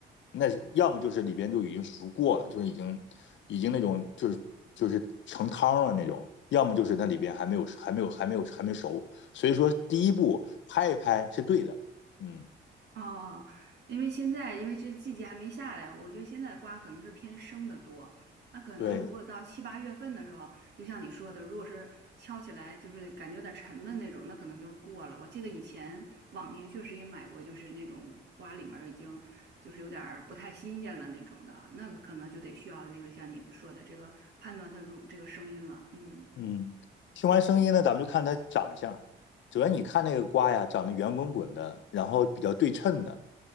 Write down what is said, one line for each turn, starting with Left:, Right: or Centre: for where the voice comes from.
Left: 那要么就是里边就已经熟过了，就是已经已经那种就是就是成汤了那种，要么就是那里边还没有还没有还没有还没熟。所以说第一步拍一拍是对的，嗯，
Right: 哦，因为现在因为这季节还没下来，我觉得现在的瓜可能是偏生的多。那可能如果到七八月份的时候，
Left: 对，
Right: 就像你说的，如果是敲起来就是感觉有点沉闷那种，那可能就是过了。我记得以前往年确实也买过，就是那种瓜里面儿已经就是有点儿不太新鲜了那种的，那个可能就得需要这个像你说的这个判断它如这个声音了。嗯。
Left: 嗯，听完声音呢，咱们就看它长相。主要你看那个瓜呀，长得圆滚滚的，然后比较对称的，